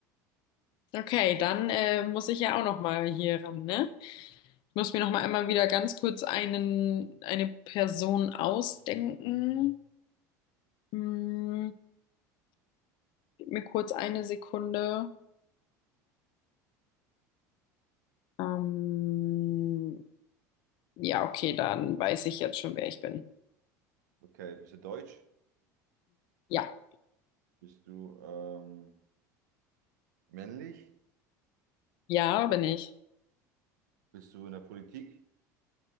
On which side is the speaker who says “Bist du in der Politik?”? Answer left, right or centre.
Right